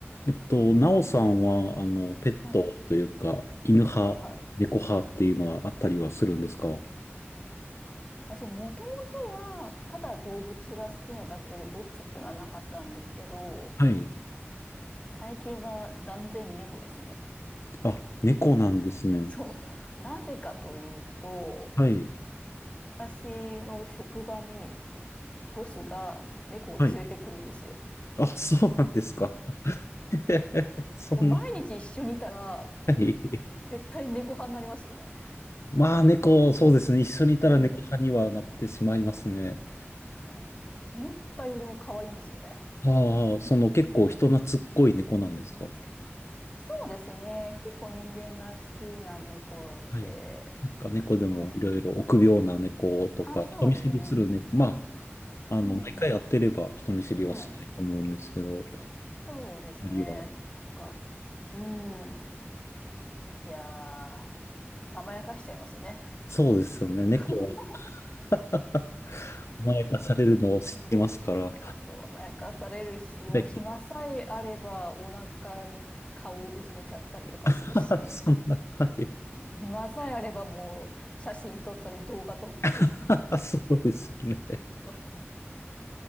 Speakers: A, on the left; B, on the left.
A: えっと、なおさんは、あの、ペットというか、
B: はい。
A: 犬派、
B: はいはい。
A: 猫派っていうのはあったりはするんですか
B: あ私、もともとは、ただ動物が好きなだけで、どっちっていうのはなかったんですけど、
A: はい。
B: 最近は断然猫ですね。
A: あ、猫なんですね。
B: <laughs> そう。<laughs> なぜかというと、
A: はい。
B: 私の職場にボスが猫を連れてくるんですよ。
A: はい。あ、そうなんですか。<laughs> そんな、
B: でも毎日一緒にいたら、
A: はい。
B: 絶対猫派になりますよね。
A: まあ、猫、そうですね。一緒にいたら猫派にはなってしまいますね。
B: うん。なんか思ったよりも可愛いんですよね。
A: ああ、その結構人懐っこい猫なんですか
B: うんそうですね。結構人間が好きな猫で、
A: はい。なんか猫でもいろいろ臆病な猫とか、
B: まああ、そうですね。
A: 人見知りする猫、まあ、あの、
B: うん、
A: 毎回会ってれば人見知りはしないと思うんですけど、
B: うん、そうですね。
A: あるいは。
B: なんか、うん、いやー、甘やかしちゃいますね。
A: そうですよね。
B: <laughs>
A: 猫は <laughs> 甘やかされるのを知ってますから。
B: まあ、そう、甘やかされるし、もう暇さえあれば、
A: はい。
B: お腹に顔をうずめちゃったりとかするし、
A: <laughs> そんな、はい。
B: 暇さえあれば、もう写真撮ったり、動画撮ったり、
A: <laughs>
B: <laughs> ち
A: そうですよね。
B: ょっと、